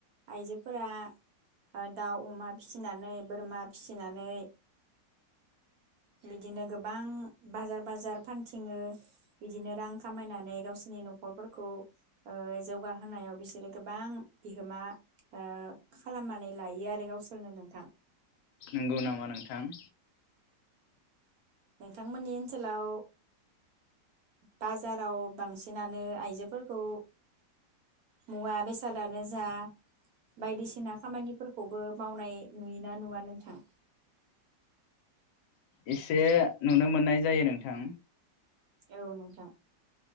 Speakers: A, on the right; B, on the left.
A: आइजोफोरा ओ दाउ, अमा फिसिनानै बोरमा फिसिनानै बिदिनो गोबां बाजार बाजार फानथिङो बिदिनो रां खामायनानै गावसिनि न'खरफोरखौ ओ जौगाहोनायाव बिसोरो गोबां बिहोमा ओ खालामनानै लायो आरो गावसोरनो नोंथां।
B: नोंगौ नामा नोंथां।
A: नोंथांमोननि ओनसोलाव बाजाराव बांसिनानो आइजोफोरखौ मुवा बेसादानो जा बायदिसिना खामानिफोरखौबो मावनाय नुयोना नुवा नोंथां?
B: एसे नुनो मोननाय जायो नोंथां।
A: औ नोंथां